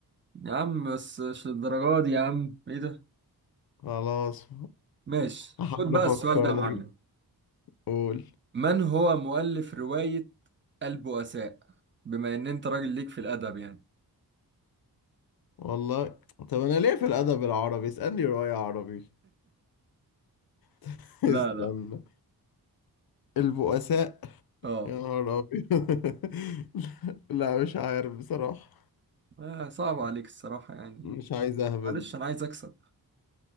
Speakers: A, on the right (about 30°); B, on the left (about 70°).
A: يا عم بس مش للدرجة دي يا عم ايه ده
B: خلاص
A: ماشي
B: هحاول
A: خد بقى
B: افكر
A: السؤال ده يا
B: لك
A: معلم
B: قول
A: من هو مؤلف رواية البؤساء بما ان انت راجل ليك في الادب يعني
B: والله طب انا ليه في الادب العربي اسألني رواية عربي <laughs>
A: لا
B: استنى
A: لا
B: البؤساء
A: اه
B: يا نهار ابيض <laughs> لا مش عارف بصراحة
A: آه، صعب عليك الصراحة يعني
B: مش عايز اهبد
A: معلش انا عايز اكسب